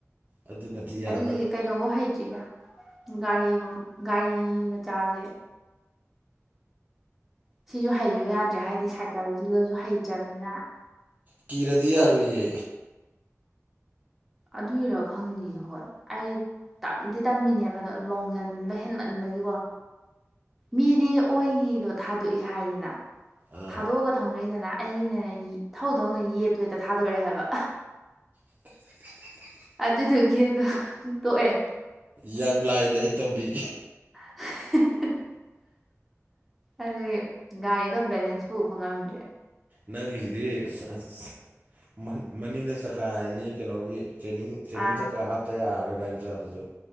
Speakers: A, on the right; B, in the centre.
A: ꯑꯗꯨꯅꯗꯤ ꯌꯥꯔꯣꯏ
B: ꯑꯗꯨꯒꯤ ꯀꯩꯅꯣꯕꯧ ꯍꯩꯇ꯭ꯔꯤꯗ ꯒꯥꯔꯤꯕ ꯒꯥꯔꯤ ꯃꯆꯥꯖꯦ ꯁꯤꯖꯨ ꯍꯩꯌꯨ ꯌꯥꯗ꯭ꯔꯦ ꯍꯥꯢꯗꯤ ꯁꯥꯢꯀꯜꯗꯨꯗꯖꯨ ꯍꯩꯇ꯭ꯔꯕꯅꯤꯅ
A: ꯀꯤꯔꯗꯤ ꯌꯥꯔꯣꯢꯌꯦ
B: ꯑꯗꯨꯢꯔ ꯈꯪꯗꯤꯌꯦ ꯍꯣꯢ ꯑꯩ ꯇꯞꯗꯤ ꯇꯝꯃꯤꯅꯦꯕ ꯑꯗꯣ ꯂꯣꯡꯖꯟꯕ ꯍꯦꯟꯃꯟꯕꯒꯤꯀꯣ ꯃꯤꯗꯤ ꯑꯣꯢꯒꯤꯗꯣ ꯊꯥꯗꯣꯛꯑꯦ ꯍꯥꯢꯗꯅ
A: ꯑꯥ
B: ꯊꯥꯗꯣꯛꯑꯒ ꯊꯧꯅꯩꯗꯅ ꯑꯩꯒꯤꯅꯅꯦ ꯌꯦ ꯊꯧꯊꯧꯅ ꯌꯦꯠꯇꯣ ꯍꯦꯛꯇ ꯊꯥꯗꯣꯔꯦ ꯍꯥꯢꯕ
A: <unintelligible>
B: ꯑꯗꯨꯗꯨꯒꯤ ꯑꯗꯣ ꯇꯣꯛꯑꯦ
A: ꯌꯥꯝ ꯂꯥꯏꯗ ꯑꯩ ꯇꯝꯕꯤꯒꯦ
B: <unintelligible> ꯑꯗꯨꯒꯤ ꯒꯥꯔꯤꯗꯣ ꯕꯦꯂꯦꯟꯁ ꯄꯨꯕ ꯉꯝꯗ꯭ꯔꯦ
A: ꯅꯪꯒꯤꯁꯤꯗꯤ ꯁꯑꯁ ꯃꯥ ꯃꯅꯤꯡꯗ ꯆꯀꯥ ꯑꯅꯤ ꯀꯩꯅꯣꯒꯤ ꯇ꯭ꯔꯦꯅꯤꯡ ꯇ꯭ꯔꯦꯅꯤꯡ
B: ꯑꯥ
A: ꯆꯀꯥ ꯍꯥꯞꯇ ꯌꯥꯔꯔꯣꯏ ꯒꯥꯔꯤ ꯃꯆꯥꯗꯖꯨ